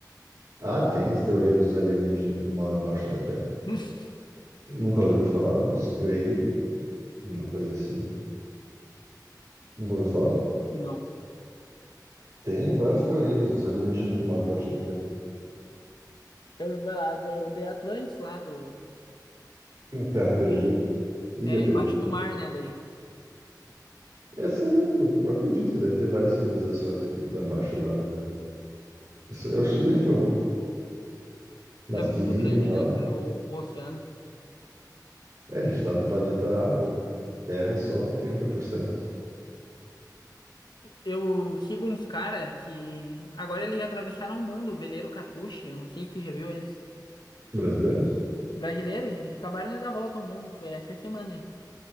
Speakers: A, on the right (about 45°); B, on the left (about 80°).
A: Ah, tem as teorias dos alienígenas que moram embaixo da Terra.
B: <laughs>
A: Nunca ouviu falar dos Grey uma coisa assim. Nunca ouviu falar?
B: Não.
A: Tem várias teorias dos alienígenas que moram embaixo da Terra.
B: Eu ouvi falar do The Atlantis lá do.
A: Terra perdida, ilha
B: É,
A: perdida.
B: embaixo do mar, né? Daí.
A: Essa aí eu, eu acredito que deve ter várias civilizações que estão embaixo da água. já. Isso eu acho bem provável. Mas
B: Ele
A: que
B: é muito
A: vivem
B: grande,
A: lá.
B: né,
A: não-
B: cara, o, o oceano.
A: É, a gente está no planeta água, né? Terra é só trinta por cento
B: Eu sigo uns cara que. Agora eles já atravessaram o mundo, o veleiro Catuche, eu não sei se tu já viu eles.
A: Brasileiros?
B: Brasileiro, e eles acabaram de dar a volta ao mundo, foi essa semana aí.